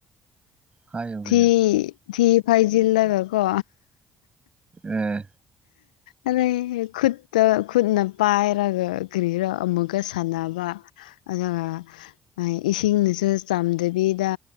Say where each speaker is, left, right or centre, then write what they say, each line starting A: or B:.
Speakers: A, on the right; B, on the left.
A: ꯍꯥꯏꯌꯨ ꯀꯩꯅꯣ
B: ꯊꯤ ꯊꯤ ꯐꯥꯏꯖꯤꯜꯂꯒꯀꯣ
A: ꯑꯥ
B: ꯑꯗꯩ ꯈꯨꯠꯇ ꯈꯨꯠꯅ ꯄꯥꯏꯔꯒ ꯀꯔꯤꯔꯥ ꯑꯃꯨꯛꯀꯥ ꯁꯥꯟꯅꯕ ꯑꯗꯨꯒꯥ ꯏꯁꯤꯡꯅꯁꯨ ꯆꯝꯗꯕꯤꯗꯥ